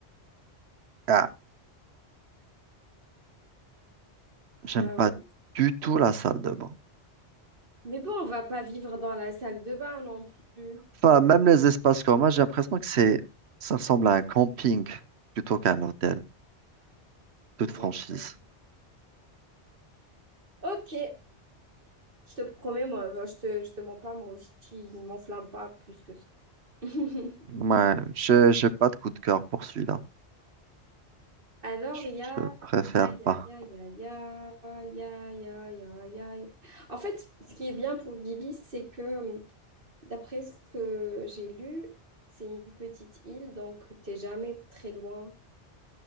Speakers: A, on the right; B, on the right.
A: Ah, j'aime
B: Ah
A: pas
B: ouais.
A: du tout la salle de bain.
B: Mais bon, on va pas vivre dans la salle de bain non plus.
A: Enfin, même les espaces communs, j'ai l'impression que c'est, ça ressemble à un camping plutôt qu'à un hôtel, toute franchise.
B: D'accord. Ok. Je te promets, moi, bah, je te, je te mens pas, moi aussi, il m'enflamme pas plus que ça. <laughs>
A: Ouais, j'ai, j'ai pas de coup de cœur pour celui-là.
B: Alors,
A: Je
B: il y a,
A: préfère
B: il y a, il y
A: pas.
B: a, il y a, il y a, il y a, il y a, il y a, il y a, il y a- En fait, ce qui est bien pour Gili, c'est que, hum, d'après ce que j'ai lu, c'est une petite île, donc t'es jamais très loin